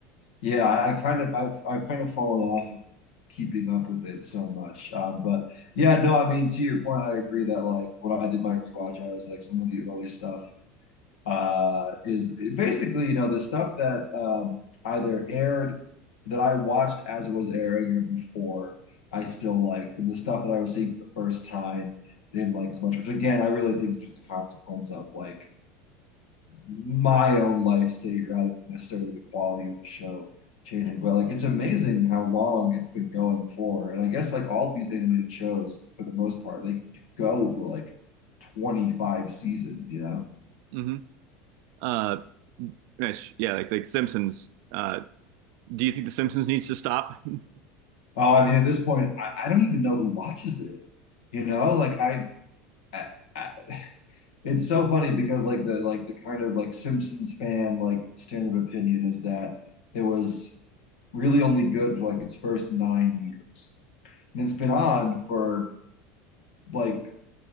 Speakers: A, on the left; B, on the right.
A: Yeah, I, I kind of I've I've kind of fallen off of keeping up with it so much. Um, but yeah, no, I mean to your point, I agree that like when I did my rewatch, I was like some of the early stuff uh is basically, you know, the stuff that um either aired that I watched as it was airing or before I still liked, and the stuff that I was seeing for the first time I didn't like as much, which again I really think is just a consequence of like my own life state rather than necessarily the quality of the show changing. But like it's amazing how long it's been going for. And I guess like all these animated shows, for the most part, they go for like 25 seasons, you know?
B: hmm Uh, Mitch, yeah, like like Simpsons. Uh, do you think The Simpsons needs to stop? <laughs>
A: Oh, I mean, at this point, I, I don't even know who watches it. You know, like I, I, I, it's so funny because like the like the kind of like Simpsons fan like standard opinion is that it was really only good for like its first nine years, and it's been on for like